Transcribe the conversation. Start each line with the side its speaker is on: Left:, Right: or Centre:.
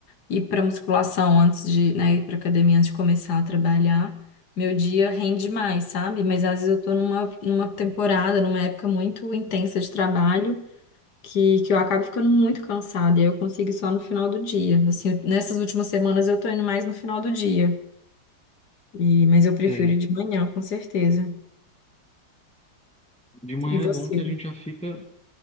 Left: ir pra musculação antes de, né, ir pra academia antes de começar a trabalhar, meu dia rende mais, sabe? Mas às vezes eu tô numa, numa temporada, numa época muito intensa de trabalho, que, que eu acabo ficando muito cansada, e aí eu consigo ir só no final do dia. Assim, nessas últimas semanas eu tô indo mais no final do dia, e, mas eu prefiro
Centre: Sei.
Left: ir de manhã, com certeza.
Centre: De manhã
Left: E você?
Centre: é bom que a gente já fica,